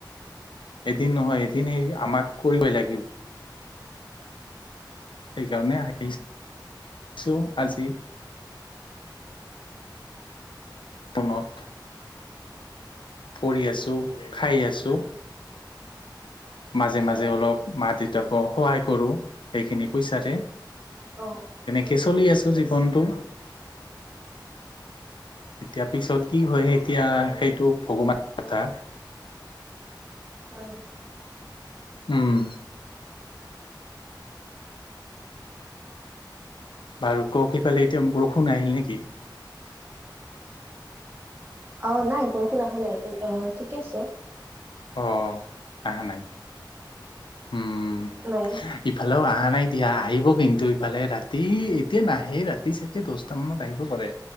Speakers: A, on the left; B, on the right.
A: এদিন নহয় এদিন সেই আমাক কৰিবই লাগিব। সেইকাৰণে আহি
B: অ',
A: আহিছো আজি <unintelligible> পঢ়ি আছো, খাই আছো। মাজে
B: হয়,
A: মাজে অলপ মা-দেউতাকো সহায় কৰোঁ সেইখিনি পইচাৰে।
B: অ'
A: কে চলি আছো জীৱনটো। এতিয়া পিছত কি হয় এতিয়া সেইটো ভগৱানৰ কথা।
B: হয়।
A: উম' বাৰু ক'ক সিফালে এতিয়া বৰষুণ আহিল নেকি?
B: অ', নাই বৰষুণ অহা নাই, <unintelligible> অহ' ঠিকে আছে।
A: অ' আহা নাই। উম',
B: নাই।
A: ইফালেও আ আহা নাই দিয়া, আহিব কিন্তু ইফালে ৰাতি এতিয়া নাহে ৰাতি চাগে দছটামানত আহিব পাৰে।